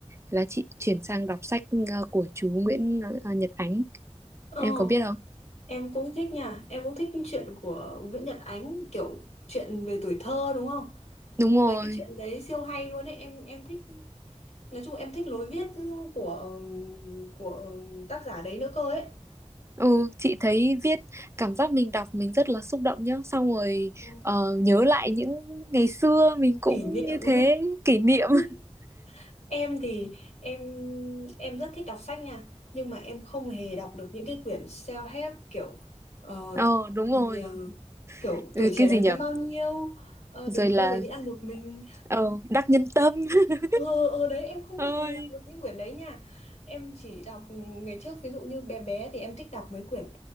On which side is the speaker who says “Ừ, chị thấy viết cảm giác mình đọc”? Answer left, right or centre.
Right